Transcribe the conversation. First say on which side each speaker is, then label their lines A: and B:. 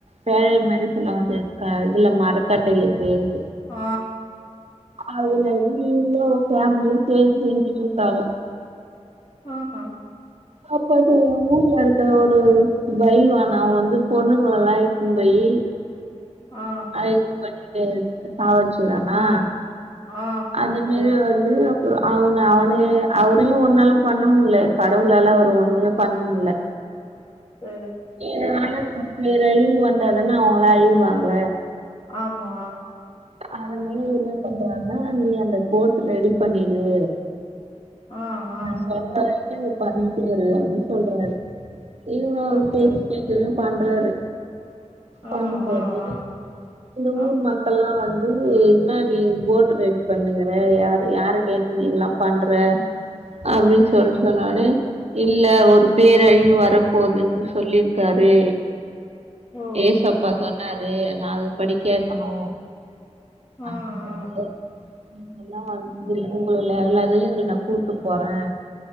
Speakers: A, on the right (about 60°); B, on the left (about 45°).
A: பேழை மாரி சொல்லுவாங்க அந்த க இதுல மற கட்டேல சேரு
B: ஆ
A: அதுல இருந்து இன்னோர் ஃபேமிலி சேந்து செஞ்சுட்டு இருக்காங்க
B: ஆ ஹ
A: அப்ப அது மூவில ஒருத்தே ஒரு பயில்வான் அவ வந்து பொண்ணுங்கல்லா இழுத்துனு போய்
B: ஆ
A: அது பண்ணிட்டு சாவடுச்சுருறானா
B: ஆ ஆ
A: அது மாரி வந்து அப்பறோ அவன அவனயே அவரையு ஒன்னாலு பண்ண முல கடவுளால அவர ஒண்ணுமே பண்ண முடில
B: சேரி
A: எதனாலு பேரழிவு வந்தாதான அவுங்களா அழிவாங்க
B: ஆமா
A: அதனால என்ன பண்றாருன்னா நீ அந்த போட் ரெடி பண்ணிடு
B: ஆ ஆ
A: நா சொல்ற வரைக்கு நீ பண்ணிட்டே இரு அப்டின்னு சொல்றாரு இவரு அவரு
B: ஓகே
A: பேச்ச
B: ஓகே
A: கேட்டுமே பண்றாரு
B: ஆ
A: பண்ணும்போது
B: ஆ ஆ
A: இந்த
B: ஆ
A: ஊர் மக்கள்லா வந் து என்ன நீ போட்டு ரெடி பண்ணுங்குற யாரு யார கேட்டு நீ இதெல்லா பண்ற அப்டினு
B: சரி
A: சொல்ட்டு சொன்னோனே இல்ல ஒரு பேரழிவு வர போதுனு சொல்லிருக்காரு
B: ஓ ஓ
A: ஏசப்பா சொன்னா ரே நா அது படி கேக்கணு
B: ஆ
A: அப்டினு சொல்லி
B: ஆ
A: எல்லா உங்கள எல்லாரையு இதுல நா கூட்டு போறே